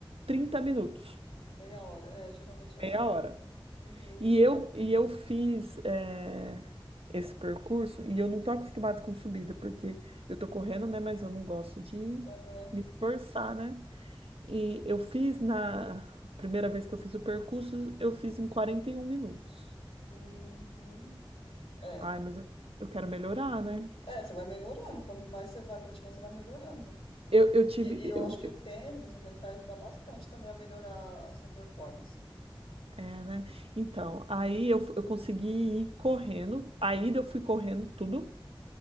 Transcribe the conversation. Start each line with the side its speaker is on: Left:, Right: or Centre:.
Right: trinta minutos,
Left: meia hora. É, geralmente é
Right: meia
Left: isso.
Right: hora.
Left: Uhum.
Right: E eu, e eu fiz eh, esse percurso e eu não tô acostumada com subida, porque eu tô correndo, né? Mas eu não gosto de
Left: Aham.
Right: me esforçar, né? E eu fiz na primeira vez que eu fiz o percurso, eu fiz em 41 minutos.
Left: Uhum. É.
Right: Ai, mas eu, eu quero melhorar, né?
Left: É, você vai melhorando. Quanto mais você vai praticando, você vai melhorando, né?
Right: Eu, eu tive.
Left: E, e eu
Right: Eu,
Left: acho que o tênis, o tênis vai ajudar bastante também a melhorar a sua performance.
Right: é, né? Então, aí eu, fu- eu consegui ir correndo. A ida eu fui correndo tudo.